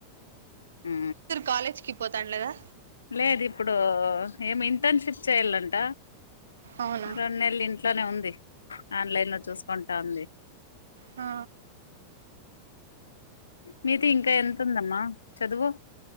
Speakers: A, on the left (about 70°); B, on the right (about 65°).
A: ఊ
B: కాలేజ్ కి పోతాన్ లేదా
A: లేదిప్పుడూ ఏమి ఇంటర్న్షిప్ చేయాలంట
B: అవునా
A: రొన్నెల్ ఇంట్ ట్లోనే ఉంది ఆన్లైన్ లో చూసుకుంటాంది
B: ఆ
A: మీతీ ఇంకా ఎంతుందమ్మా చదువు